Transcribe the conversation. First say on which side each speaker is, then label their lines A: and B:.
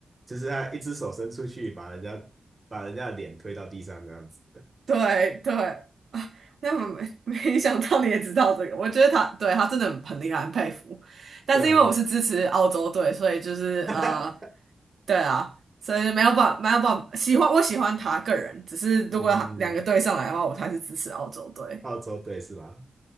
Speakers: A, on the right; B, on the right.
A: 就是他一只手伸出去，把人家把人家的脸推到地上这样子，
B: 对对啊，那么没 <laughs> 没想到你也知道这个，我觉得他对他真的很厉害，很佩服。但是因为我是支持澳洲队，
A: 对啊，
B: 所以就是呃，
A: <laughs>
B: 对啊，所以就没有办没有办法喜欢我喜欢他个人，只是如果他两个队上来的话，
A: 嗯嗯嗯，
B: 我还是支持澳洲队。
A: 澳洲队是吧？